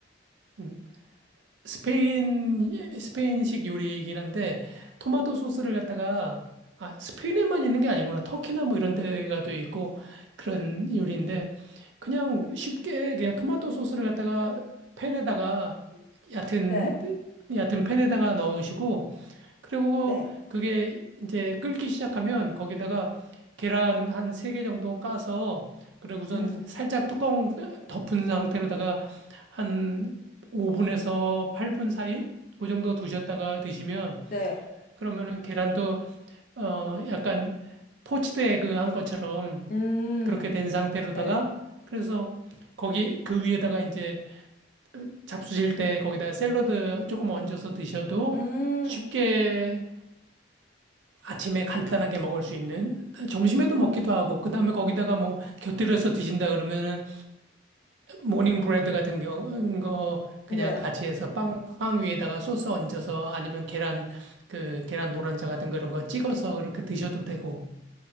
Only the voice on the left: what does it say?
네,
네,
음,
네,
음,
네,
음,
네.